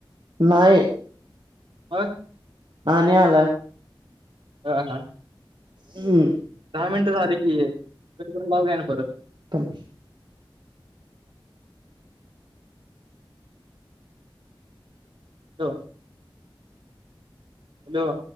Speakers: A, on the right (about 60°); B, on the right (about 70°).
A: नाहीय
B: आ
A: अ नाहीला
B: ह हां
A: हम्म.
B: दहा मिनटं झाले की कसे करून भाऊ घ्या ना परत
A: तम
B: हो हॅलो